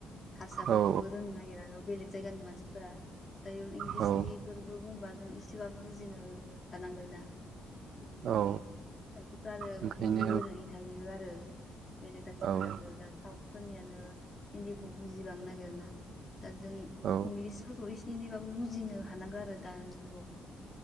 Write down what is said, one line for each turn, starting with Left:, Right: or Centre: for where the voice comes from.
Left: हारसाफोरखौबो
Right: औ
Left: रोंनो नागिरा बेलेग जायगानि मानसिफोरा दायो इंलिसनि
Right: औ
Left: बेबो बुंबा जों इसेबाबो बुजिनो हानांबायना। बिदि जायो
Right: औ
Left: आरो खायसेफ्रा आरो
Right: ओंखायनो
Left: हिन्दी बो रोङि थायो आरो। बेलेग जाथिफोराबो
Right: औ
Left: जा साउथ फोरनियानो हिन्दीखौ बुजिबांनो नागिर ना दा जों
Right: औ
Left: इंलिसफोरखौ इसे इनै बेबाबो बुजिनो हानांगोन आरो दानि जुगाव।